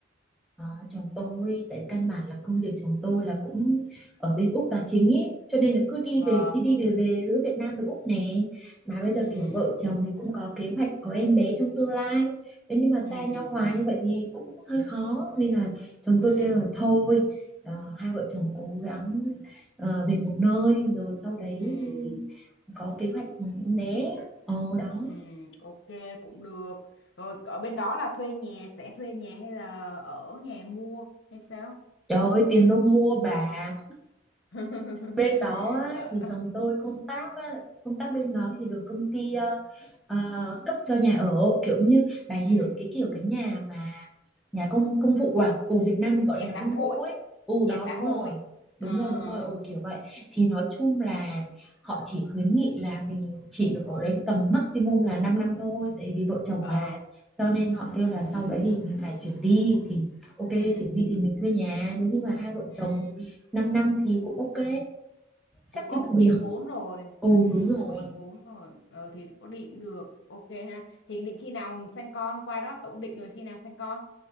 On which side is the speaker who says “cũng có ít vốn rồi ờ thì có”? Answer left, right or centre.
Left